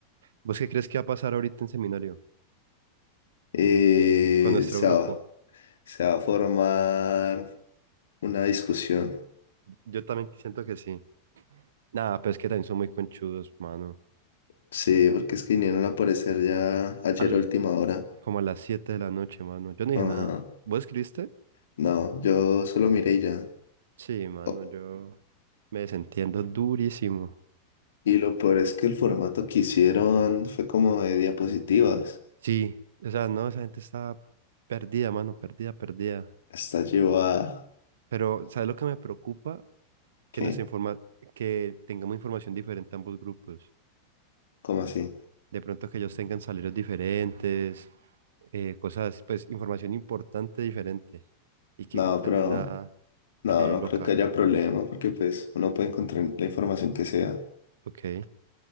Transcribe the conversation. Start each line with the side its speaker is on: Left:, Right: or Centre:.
Right: ¿Vos qué crees que va a pasar ahorita en seminario
Left: Eh,
Right: con nuestro
Left: se
Right: grupo?
Left: va, se va a formar. Una discusión.
Right: Yo también siento que sí. Nada, pero es que también son muy conchudos, mano.
Left: Sí, porque es que vinieron a aparecer ya ayer
Right: Al,
Left: a última hora.
Right: como a las 7 de la noche, mano. Yo no dije
Left: Ajá.
Right: nada. ¿Vos escribiste?
Left: No, yo solo miré y ya.
Right: Sí, mano,
Left: Oh,
Right: yo me desentiendo durísimo.
Left: Y lo peor es que el formato que hicieron fue como de diapositivas.
Right: Sí, o sea, no, esa gente está perdida, mano, perdida, perdida.
Left: Está llevada.
Right: Pero, ¿sabes lo que me preocupa? Que
Left: ¿Qué?
Right: nos informa, que tengamos información diferente a ambos grupos.
Left: ¿Cómo así?
Right: De pronto que ellos tengan salarios diferentes, eh, cosas, pues, información importante diferente. Y que
Left: No,
Right: Catalina
Left: pero no,
Right: quede
Left: no
Right: loca.
Left: creo que haya problema porque pues uno puede encontrar la información que sea.
Right: Ok.